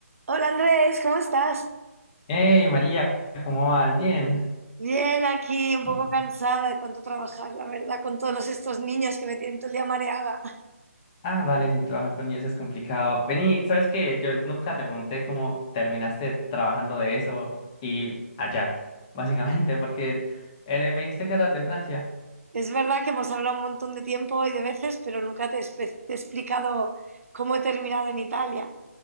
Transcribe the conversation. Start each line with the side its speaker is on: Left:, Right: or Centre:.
Right: Hola Andrés, ¿cómo estás?
Left: Hey María, ¿cómo vas? Bien.
Right: Bien, aquí un
Left: Bien.
Right: poco cansada de tanto trabajar, la verdad, con todos estos niños que me tienen todo el día mareada.
Left: Ah, dale, si trabajar con niños es complicado. Vení, ¿sabes qué? Yo nunca te pregunté cómo terminaste trabajando de eso y allá, <laughs> básicamente, porque eres- me dijiste que eras de Francia.
Right: Es verdad que hemos hablado un montón de tiempo y de veces, pero nunca te, he espe- te he explicado cómo he terminado en Italia.